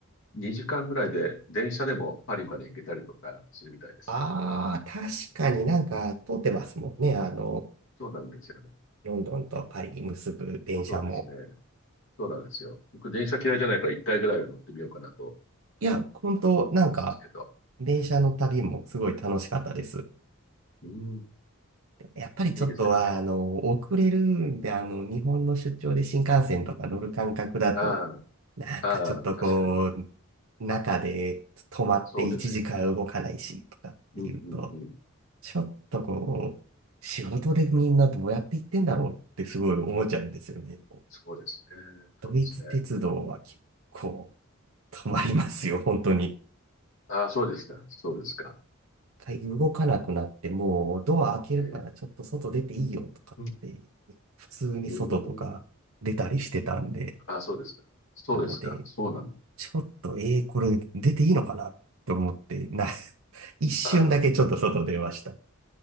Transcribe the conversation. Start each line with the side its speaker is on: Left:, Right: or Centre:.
Left: 2時間ぐらいで電車でもパリまで行けたりとかするみたいです。
Right: ああ、確かになんか通ってますもんね。あの、
Left: そうなんですよね。
Right: ロンドンとパリ結ぶ電車も。
Left: そうですね。そうなんですよ。僕、電車嫌いじゃないから1回ぐらいは乗ってみようかなと
Right: いや、本当なんか、
Left: 思ってますけど。
Right: 電車の旅もすごい楽しかったです。
Left: うん。
Right: やっぱりちょっとは、
Left: いいですよね。
Right: あの、遅れるんで、あの、日本の出張で新幹線とか乗る感覚だと、
Left: あ
Right: なんかちょっとこう、
Left: あ。ああ、確かに。
Right: 中で止まって1時間動かないしとかっていうと、
Left: そうですよね。うん、うん、うん。
Right: ちょっとこう、仕事でみんなどうやって行ってんだろうってすごい思っちゃうんですよね。
Left: そうですね。
Right: ドイツ鉄道は結構
Left: そうですね。
Right: 止まりますよ、本当に。
Left: ああ、そうですか。そうですか。
Right: 一回動かなくなって、もうドア開けるからちょっと外出ていいよとかって、
Left: ええ、うん、
Right: 普通に外とか出たりしてたんで、
Left: うーん。ああ、そうですか。そうですか。
Right: なので、
Left: そうなんだ。
Right: ちょっと、えー、これ出ていいのかなと思って、な、<laughs> 一瞬だけちょっと外出ました。
Left: ああ、
Right: い